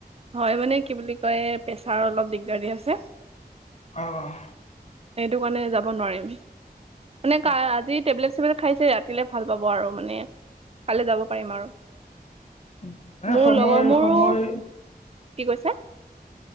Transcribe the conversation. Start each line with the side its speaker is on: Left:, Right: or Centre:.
Right: হয় মানে কি বুলি কয় প্ৰেছাৰ অলপ দিগদাৰ আছে
Left: আহ
Right: সেইটো কাৰণে যাব নোৱাৰিম মানে
Left: অ অ
Right: আজি টেবলেট চেবলেট খাইছে ৰাতিলে ভাল পাব আৰু মানে কাইলৈ যাব পাৰিম আৰু,
Left: উম, নাই
Right: মোৰ
Left: সময়
Right: লগৰ মোৰো
Left: সময়
Right: কি কৈছে